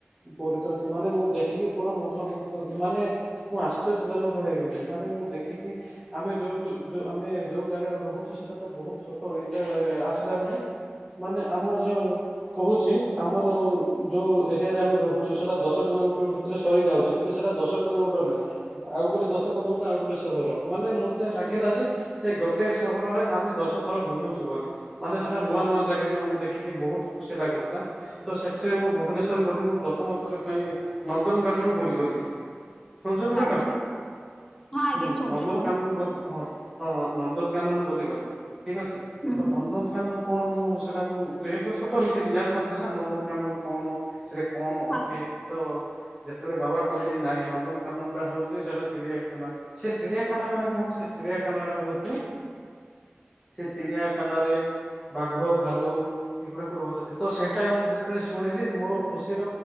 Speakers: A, in the centre; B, on the left (about 20°).
A: କରଚନ୍ତି ମାନେ ମୁଁ ଦେଖିକି ପୁରା ମନ୍ତ୍ରମୁଗ୍ଧ ମାନେ ମୁଁ ଆଶ୍ଚର୍ଯ୍ୟ ଜନକ ହେଇଗଲି ମାନେ ମୁଁ ଦେଖକି ଆମେ ଯୋଉ ଯୋଉ ଯୋଉ ଆମେ ଯୋଉ ଜାଗାରେ ରହୁଚୁ ସେଟା ତ ବହୁତ ଛୋଟ ଏଟା ଆସିଲା ବେଳେ ମାନେ ଆମର ଯୋଉ କହୁଚି ଆମର ଯୋଉ ଏରିଆରେ ଆମେ ରହୁଚୁ ସେଟା ଦଶ କିଲୋମିଟର ଭି ତିରେ ସରିଯାଉଚି କିନ୍ତୁ ସେଟା ଦଶ କିଲୋମିଟର୍ ନାଇଁ। ଆଉ ଗୋଟେ ଦଶ କିଲୋମିଟର୍ ଆଉ ଗୋଟେ ସହର ମାନେ ମତେ ଲାଗିଲା ଯେ ସେ ଗୋଟେ ସହରରେ ଆମେ ଦଶ ଥର ବୁଲୁଚୁ ବୋଲି। ମାନେ ସେଟା ନୂଆ ନୂଆ ଜାଗାକୁ ଆମେ ଦେଖିକି ବହୁତ ଖୁସି ଲାଗୁଥୁଲା। ତ ସେଥିରେ ମୁଁ ଭୁବନେଶ୍ଵର ଗଲି ମୁଁ ପ୍ରଥମ ଥର ପାଇଁ ନନ୍ଦନକାନନ ବୁଲି ଗଲି। ଶୁଣଚନ୍ତି ମ୍ୟାଡମ୍
B: ଆଚ୍ଛା ହଁ ଆଜ୍ଞା
A: ହୁଁ
B: ଶୁଣୁଛି
A: ନନ୍ଦନକାନୁନ
B: କୁହନ୍ତୁ।
A: ବୁଲି ହଁ। ହଁ ନନ୍ଦନକାନନ ବୁଲି ଗଲି ଠିକ୍ ଅଛି
B: ହୁଁ
A: ତ ନନ୍ଦନକାନନ କଣ ମୁଁ ସେଟା ମୁଁ ଯେହେତୁ ଛୋଟ ହେଇଥିଲି ଜାଣିନଥିଲି ନା ନନ୍ଦନକାନନ କଣ ସେଟା କଣ
B: ହଁ
A: ଅଛି। ତ ଯେତେବେଳେ ବାବା କହିଲେ ନାଇଁ ନନ୍ଦନକାନନ ଟା ହଉଛି ସେଟା ଚିଡିଆ ଖାନା। ସେ ଚିଡିଆଖାନା ମାନେ କଣ ସେ ଚିଡିଆଖାନା ଦବ ହୋଉଚି। ସେ ଚିଡ଼ିଆଖାନାରେ ବାଘ ଭାଲୁ। ଏଗୁଡାକ ରହୁଛନ୍ତି ତ ସେଇଟା ମୁଁ ଯେତେବେଳେ ଶୁଣିଲି ମୋର ଖୁସିର।